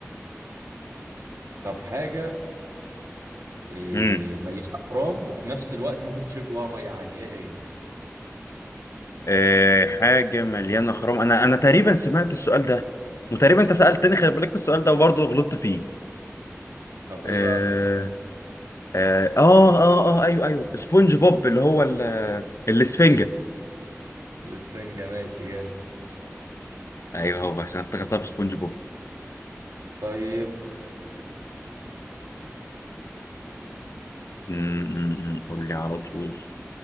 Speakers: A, on the right (about 80°); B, on the left (about 65°).
A: طب حاجة إيه،
B: امم
A: مليانة برام وفي نفس الوقت ممكن تشيل جواها مية عادي ايه هي
B: آه حاجة مليانة خرام انا انا تقريبا سمعت السؤال ده وتقريبا انت سألتني خلي بالك في السؤال ده وبرضه غلطت فيه
A: طب
B: اه
A: ايه بقى
B: اه اه اه آه، آه، ايوه ايوه سبونج بوب اللي هو ال- الاسفنجة
A: الاسفنجة ماشي جامد
B: ايوه هو عشان افتكرتها بسبونج بوب
A: طيب
B: أمم، أمم، أمم. قول لي على طول